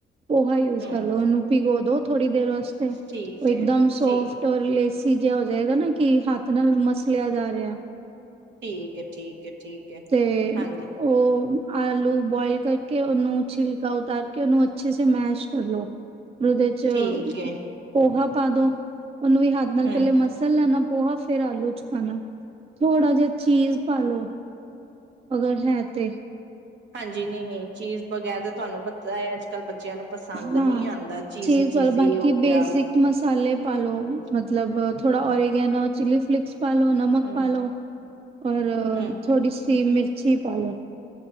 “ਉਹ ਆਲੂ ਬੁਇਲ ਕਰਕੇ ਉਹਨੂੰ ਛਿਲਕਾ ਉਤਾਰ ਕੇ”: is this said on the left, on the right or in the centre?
Right